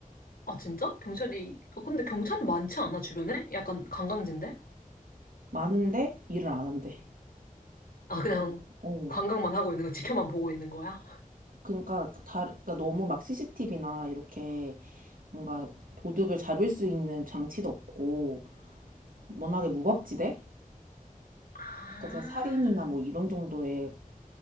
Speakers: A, on the left; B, on the right.
A: 아, 진짜? 경찰이, 어, 근데 경찰 많지 않아, 주변에? 약간 관광지인데?
B: 많은데 일을 안 한대.
A: 아, 그냥
B: 음. 어.
A: 관광만 하고 있는 거, 지켜만 보고 있는 거야?
B: 그러니까 다, 그러니까 너무 막 CCTV나 이렇게 뭔가 도둑을 잡을 수 있는 장치도 없고, 워낙에 무법지대?
A: 아
B: 그래서 살인이나 뭐 이런 정도의